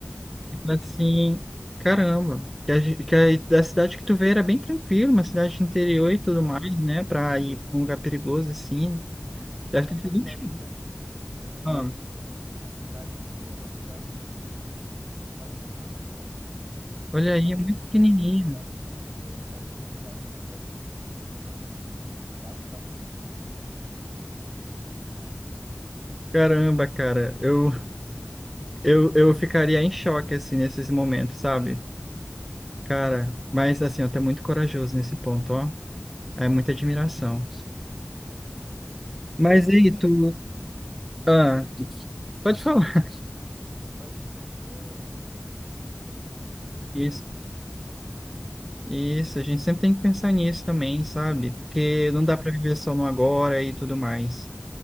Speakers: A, on the right; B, in the centre.
A: É,
B: Tipo
A: aqui,
B: Assim,
A: né?
B: caramba. Que a, ge- que a- da cidade que tu veio era bem tranquilo, uma cidade interior e tudo
A: Cara,
B: mais, né? Pra
A: isso.
B: ir pra um lugar perigoso assim.
A: Cara,
B: Deve ter
A: a faculdade
B: sido um chão.
A: que eu vim era uma facu...
B: Ah,
A: é, a cidade que eu vim era uma cidade de quarenta mil habitantes.
B: olha
A: Então,
B: aí, é muito
A: sair
B: pequenininho.
A: de uma cidade, é, sair de uma cidade de quarenta mil habitantes para uma de quase quatrocentos mil é muita diferença, cara.
B: Caramba, cara. Eu, eu, eu ficaria em choque, assim, nesses momentos, sabe? Cara, mas assim, eu tu é muito corajoso nesse ponto, ó. É muita admiração.
A: Sim,
B: Mas
A: cara,
B: aí,
A: mas,
B: tu. Ah,
A: hum,
B: pode falar.
A: ah, mas fazer isso tudo é, é pensando no futuro, né? Se Deus quiser
B: Isso.
A: ter um futuro bom,
B: Isso, a gente sempre tem que pensar nisso também, sabe? Porque não
A: hum,
B: dá para viver só no agora e tudo mais.